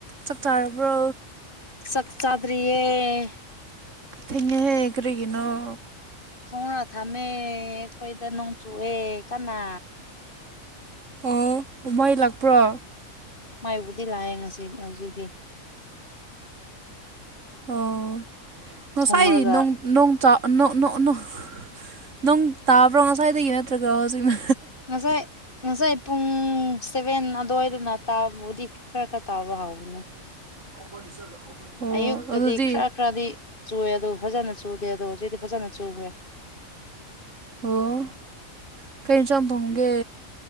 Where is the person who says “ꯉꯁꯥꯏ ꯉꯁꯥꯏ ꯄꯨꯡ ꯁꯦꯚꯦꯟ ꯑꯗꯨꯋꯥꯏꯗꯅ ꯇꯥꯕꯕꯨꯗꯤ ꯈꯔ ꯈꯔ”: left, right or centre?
Left